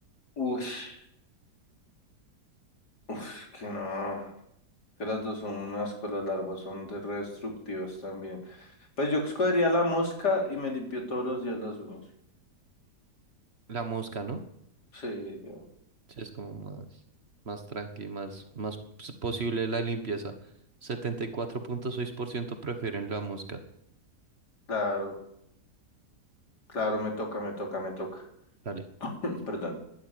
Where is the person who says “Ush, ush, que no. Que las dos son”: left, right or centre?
Left